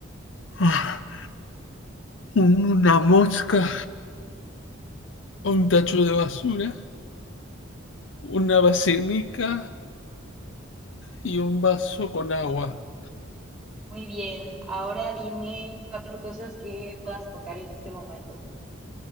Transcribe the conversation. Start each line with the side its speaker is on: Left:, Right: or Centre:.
Left: ah, Una mosca, un tacho de basura, una vacinica y un vaso con agua.
Centre: Muy bien, ahora dime cuatro cosas que puedas tocar en este momento.